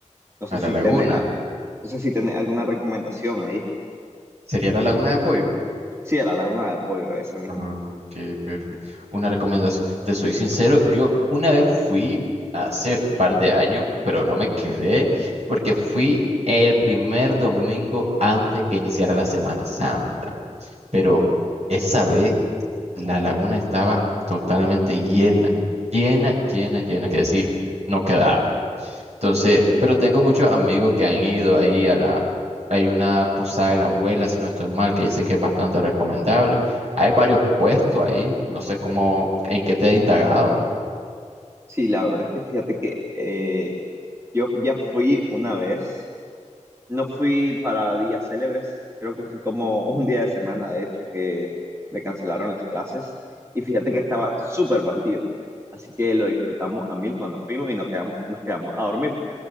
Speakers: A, on the right; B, on the right.
A: No sé
B: a la
A: si
B: laguna.
A: tiene, a- no sé si tiene alguna recomendación ahí.
B: ¿Sería la laguna de apoyo?
A: Sí, a la laguna de apoyo, esa misma.
B: Ah, ok, perfecto. Una recomendación. Te soy sincero, yo una vez fui hace par de años, pero no me quedé porque fui el primer domingo antes que iniciara la Semana Santa. Pero esa vez la laguna estaba totalmente llena, llena, llena, llena, que decir, no quedarme. Entonces, pero tengo muchos amigos que han ido ahí a la, hay una posada de la abuela, si no estoy mal, que dice que es bastante recomendable. Hay varios puestos ahí, no sé cómo, en qué te he indagado,
A: Sí, la verdad es que fíjate que eh, yo ya fui una vez No fui para días célebres, creo que fui como un día de semana, de hecho, que me cancelaron las clases y fíjate que estaba súper vacío, así que lo disfrutamos a mil cuando fuimos y nos quedamos, nos quedamos a dormir.